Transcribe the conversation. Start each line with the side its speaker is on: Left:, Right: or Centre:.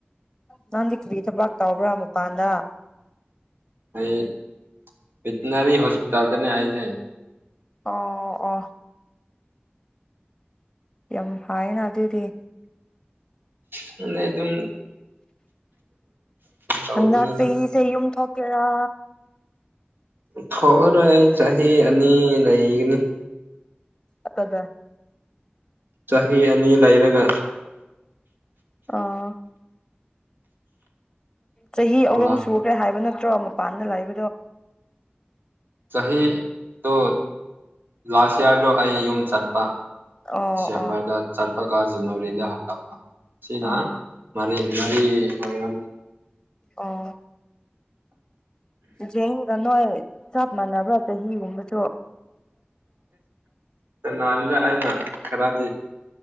Left: ꯅꯪꯗꯤ ꯀꯔꯤ ꯊꯕꯥꯛ ꯇꯥꯎꯕ꯭ꯔꯥ ꯃꯄꯥꯟꯗ
Right: ꯑꯩ ꯕꯦꯇꯤꯅꯔꯤ ꯍꯣꯁꯄꯤꯇꯥꯜꯗꯅꯦ ꯍꯥꯏꯁꯦ
Left: ꯑꯣ ꯑꯣ ꯌꯥꯝ ꯐꯥꯏꯅ ꯑꯗꯨ ꯑꯗꯨꯗꯤ
Right: ꯈꯪꯗꯦ ꯑꯗꯨꯝ ꯇꯧꯕꯅꯤꯅ
Left: ꯍꯟꯗꯛ ꯌꯨꯝ ꯊꯣꯛꯀꯦꯔꯥ
Right: ꯊꯣꯛꯔꯣꯏ ꯑꯩ ꯆꯍꯤ ꯑꯅꯤ ꯂꯩꯒꯅꯤ
Left: ꯑꯗ
Right: ꯆꯍꯤ ꯑꯅꯤ ꯂꯩꯔꯒ
Left: ꯑꯥ ꯆꯍꯤ
Right: ꯊꯣꯛꯂꯛ
Left: ꯑꯍꯨꯝ ꯁꯨꯈ꯭ꯔꯦ ꯍꯥꯏꯕ ꯅꯠꯇ꯭ꯔꯣ ꯃꯄꯥꯟꯗ ꯂꯩꯕꯗꯣ
Right: ꯆꯍꯤ ꯇꯣ ꯂꯥꯁꯠ ꯏꯌꯔꯗꯣ ꯑꯩ ꯌꯨꯝ ꯆꯠꯄ
Left: ꯑꯣ
Right: ꯗꯤꯁꯦꯝꯕꯔꯗ
Left: ꯑꯣ
Right: ꯆꯠꯄꯒ ꯖꯅꯋꯥꯔꯤꯗ ꯍꯜꯂꯛꯄ ꯁꯤꯅ
Left: ꯑꯣ
Right: ꯃꯔꯤ ꯃꯔꯤ ꯑꯣꯏꯔꯝ
Left: ꯑꯣ ꯖꯦꯡꯒ ꯅꯣꯏ ꯆꯞ ꯃꯥꯟꯅꯕ꯭ꯔꯥ ꯆꯍꯤꯒꯨꯝꯕꯁꯨ
Right: ꯁꯅꯥꯜꯒ ꯑꯩꯅ ꯈꯔꯗꯤ